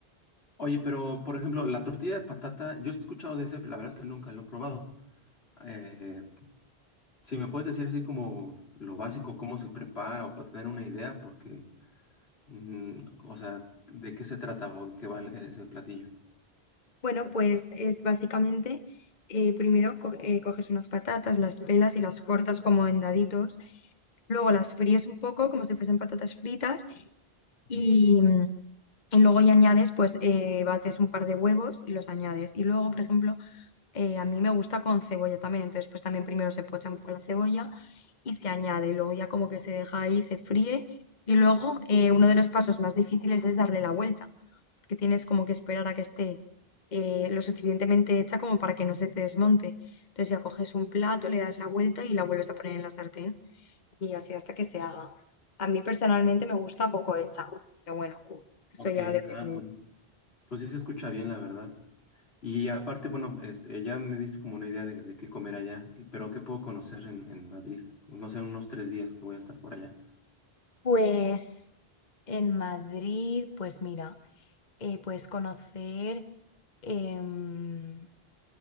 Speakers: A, on the left (about 80°); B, on the left (about 45°).
A: Oye, pero por ejemplo, la tortilla de patata, yo he escuchado de ese, pero la verdad es que nunca lo he probado. Eh, si me puedes decir así como lo básico, cómo se prepara o para tener una idea, porque, mm, o sea, ¿de qué se trata o de qué va el- ese platillo?
B: Bueno, pues es básicamente, eh, primero co- eh, coges unas patatas, las pelas y las cortas como en daditos, luego las fríes un poco como si fuesen patatas fritas
A: Ujú.
B: y, mm, Y luego ya añades, pues eh, bates un par de huevos y los añades. Y luego, por ejemplo, eh, a mí me gusta con cebolla también. Entonces, pues también primero se pocha un poco la cebolla y se añade. Y luego ya como que se deja ahí, se fríe. Y luego eh, uno de los pasos más difíciles es darle la vuelta, porque tienes como que esperar a que esté eh, lo suficientemente hecha como para que no se te desmonte. Entonces ya coges un plato, le das la vuelta y la vuelves a poner en la sartén y así hasta que se haga. A mí personalmente me gusta poco hecha, pero bueno, eso
A: Ok,
B: ya depende.
A: ah, bueno, pues sí se escucha bien, la verdad. Y aparte, bueno, este, ya me diste como una idea de, de qué comer allá, y- pero ¿qué puedo conocer en, en Madrid? No sé, unos tres días que voy a estar por allá.
B: Pues en Madrid, pues mira, eh, puedes conocer em,